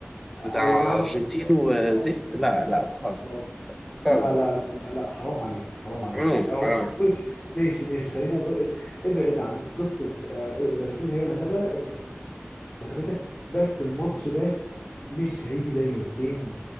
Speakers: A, on the left; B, in the centre.
A: اي
B: بتاع
A: نعم
B: أرجنتين
A: كان في-
B: وزفت
A: اه
B: لا لا بتهزر
A: فرنسا
B: بتهزر
A: لا لا لا لا لا، حرام عليك حرام عليك
B: حرام
A: يعني هو
B: حرام
A: مش ماشي ماشي خلينا ب... ابعد عن قصه آه، الارجنتين هي اللي خدها اخدتها بس الماتش ده مش هيجي زيه تاني